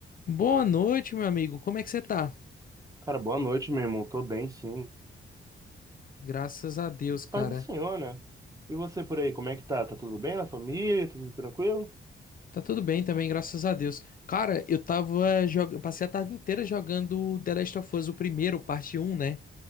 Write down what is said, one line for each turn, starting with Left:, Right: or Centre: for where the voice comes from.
Left: Boa noite, meu amigo. Como é que você tá?
Right: Cara, boa noite, meu irmão. Tô bem, sim.
Left: Graças a Deus, cara.
Right: Paz do Senhor, né? E você por aí, como é que tá? Tá tudo bem na família? Tudo tranquilo?
Left: Tá tudo bem também, graças a Deus. Cara, eu tava jogando, passei a tarde inteira jogando The Last of Us, o primeiro, parte um, né?